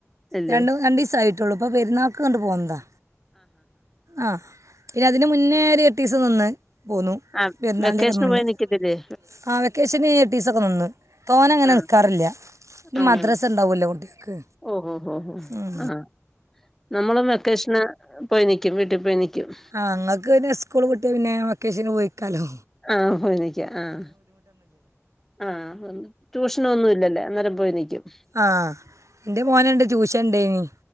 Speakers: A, in the centre; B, on the right.
A: അല്ലേ
B: രണ്ട് രണ്ടീസായിട്ടുള്ളൂ അപ്പം പെരുന്നാൾക്ക് കൊണ്ട് പോന്നതാ ആഹ് ഇന് മുന്നേ ഒരു എട്ടീസം നിന്ന് പോന്നു
A: ആഹ്
B: പെരുന്നാളിന്റെക്കെ
A: വെക്കേഷന്
B: മുന്നേ
A: പോയി നിക്കത്തില്ലേ
B: ആ വെക്കേഷന് എട്ടീസൊക്കെ നിന്ന് തോനെ അങ്ങനെ
A: ആഹ്
B: നിക്കാറില്ല പിന്നെ
A: ആണോ
B: മദ്രസ ഉണ്ടാവല്ലോ കുട്ടികൾക്ക്
A: ഓഹ് ഓഹ് ഓഹ് ഓഹ്
B: ഉം
A: ആഹ് നമ്മളും വെക്കേഷന് പോയി നിക്കും വീട്ടിൽ പോയി നിക്കും
B: ആഹ് ഇങ്ങക്ക് പിന്നെ സ്കൂള് വിട്ട് പിന്നെ വെക്കേഷന് പോയിനിക്കാലോ
A: ആഹ് പോയി നിക്കാം ആഹ് ആഹ് ട്യൂഷൻ ഒന്നും ഇല്ലല്ലൊ അന്നേരം പോയി നിയ്ക്കും
B: ആഹ് എൻ്റെ മോനുണ്ട് ട്യൂഷൻ ഉണ്ടേനി